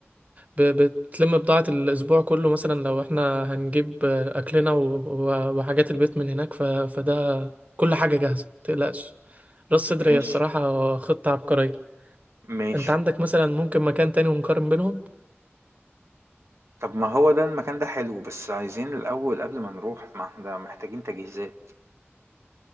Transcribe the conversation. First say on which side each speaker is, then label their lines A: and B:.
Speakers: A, on the right; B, on the right.
A: ب- بتلم بضاعة الأسبوع كله مثلا لو احنا هنجيب أكلنا و- و- وحاجات البيت من هناك ف... فده كل حاجة جاهزة متقلقش راس صدر
B: ماشي،
A: هي الصراحة خطة عبقرية
B: ماشي.
A: انت عندك مثلا ممكن مكان تاني ونقارن بينهم
B: طب ما هو ده المكان ده حلو بس عايزين الأول قبل ما نروح ما احنا محتاجين تجهيزات